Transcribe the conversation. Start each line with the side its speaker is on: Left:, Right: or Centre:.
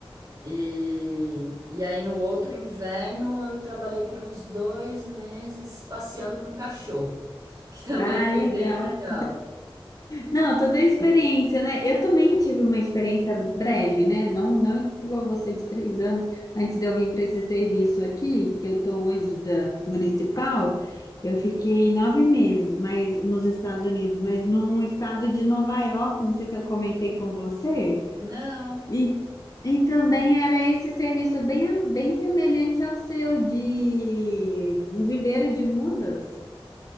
Right: E, e aí no outro inverno eu trabalhei por uns dois meses passeando com um cachorro, que <laughs> também
Left: Ah,
Right: foi
Left: legal.
Right: bem legal.
Left: Não, toda a experiência, né? Eu também tive uma experiência breve, né? Não, não igual você de três anos. Antes de eu vir para esse serviço aqui, que eu estou hoje da municipal, eu fiquei nove meses, mas nos Estados Unidos, mas num estado de Nova York, não sei se eu comentei com você.
Right: Não.
Left: E, e também era esse serviço bem, bem semelhante ao seu de um viveiro de mudas.